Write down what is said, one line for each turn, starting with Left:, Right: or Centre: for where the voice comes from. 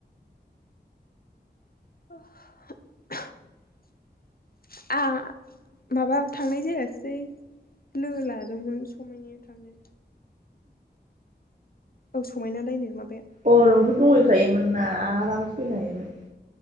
Left: <unintelligible> आं माबा थांनाय जायासै, लोगो लादोंमोन समायनाया थांनो, औ समायना लायनो मा
Right: अ नोंथ' दंहैखायोमोन ना आरामसे फैनो हायोमोन,